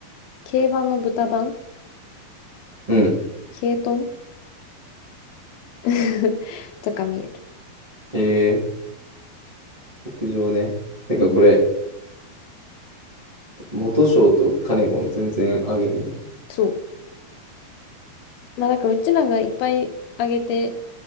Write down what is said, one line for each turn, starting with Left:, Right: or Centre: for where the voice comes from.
Left: 競馬の豚版
Right: うん。
Left: ケイトン <laughs> とか見える。
Right: えー、牧場ね。てか、
Left: うん、
Right: これ、元賞とカネゴン全然あげへんよ。
Left: そう。まあ、なんか、うちらがいっぱいあげて、